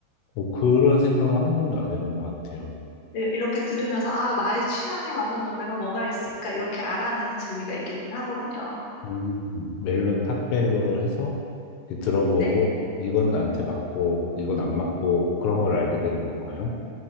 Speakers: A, on the left (about 80°); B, on the left (about 60°).
A: 뭐 그런 생각은 한 번도 안 해본 것 같아요.
B: 이- 이렇게 들으면서 아, 나의 취향에 맞는 노래가 뭐가 있을까 이렇게 알아내는 재미가 있긴 하거든요.
A: 음, 멜론 탑백으로 해서 이렇게 들어보고,
B: 네,
A: 이건 나한테 맞고, 이건 안 맞고, 그런 걸 알게 되는 건가요?